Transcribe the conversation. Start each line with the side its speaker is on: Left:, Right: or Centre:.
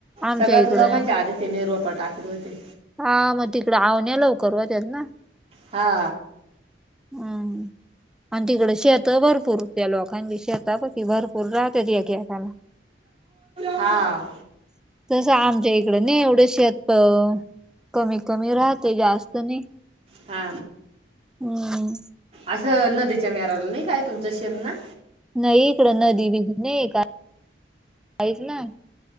Centre: आमच्या
Right: सगळ्यात
Centre: इकडं
Right: लोकांच्या आधी ते निरवाप टाकले होते
Centre: हा मग तिकडं आवण्या लवकर व त्यात ना
Right: हा
Centre: हम्म आणि तिकडं शेत भरपूरत लोकांची शता प भरपूर पुररा तेरीखि का ना
Right: हा
Centre: तस आमच्या इकडं नाही एवढ्या शेत कमी कमी राहते जास्त नाही
Right: हा
Centre: हम्म
Right: असं नदीच्या मेराला नाही काय तुमच्या शेप ना
Centre: नाही इकडं नदी ब नाही का काच ना